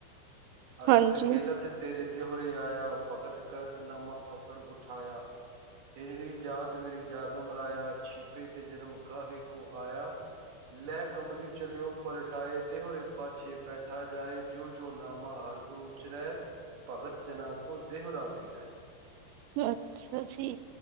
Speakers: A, on the right; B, on the right.
A: ਅਸਤ
B: ਹਾਂਜੀ।
A: ਖੇਲਤ ਤੇਰੇ ਦੇਹੁਰੇ ਆਇਆ ਭਗਤ ਕਰਤਨਾਮਾ ਪਕੜ ਉਠਾਇਆ ਇਨੜੀ ਜਾਤ ਮੇਰੀ ਜਾਦਮ ਰਾਇਆ ਛਿਪੇ ਕੇ ਜਨਮ ਕਾਹੇ ਕੋ ਆਇਆ ਲੈ ਕਮਲੀ ਚਲਿਓ ਪਲਟਾਏ ਦੇਹੁਰੇ ਪਾਛੇ ਬੈਠਾ ਜਾਏ। ਜੋ ਜੋ ਨਾਮਾ ਹਰਗੁਣ ਉਚਰੈ ਭਗਤ ਜਨਾ ਕੋ ਦੇਹੁਰਾ ਪੀਰੈ।
B: ਅੱਛਾ। ਜੀ।